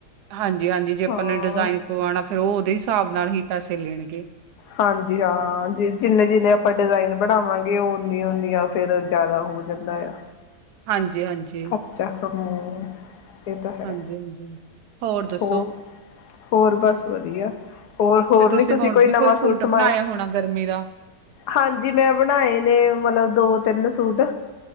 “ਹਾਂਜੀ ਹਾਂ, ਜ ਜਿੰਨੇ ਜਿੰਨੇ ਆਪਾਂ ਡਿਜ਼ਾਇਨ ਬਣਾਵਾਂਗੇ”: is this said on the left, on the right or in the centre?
Left